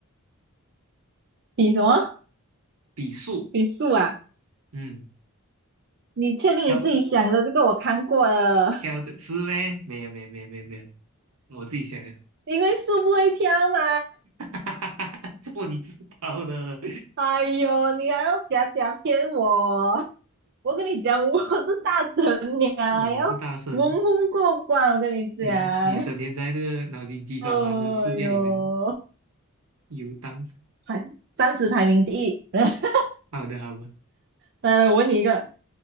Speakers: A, on the right; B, on the right.
A: 比什么？
B: 比树，
A: 比树啊？
B: 嗯。
A: 你确定你自己想的这个我看过了？
B: 挑挑的是呗？没有没有没有没有没有，我自己想的，
A: 因为树不会跳嘛。
B: <laughs> 这么你知道的，
A: 哎呦，你还要假假骗我？我跟你讲，我是大神娘，
B: 哇，你是大神，
A: 要蒙混过关。我跟你讲，
B: 你你整天在这个脑筋急转弯的世界里面
A: 哎呦，
B: 游荡。
A: 还三十排名第一。<laughs>
B: 好的好的，
A: 来来，我问你一个：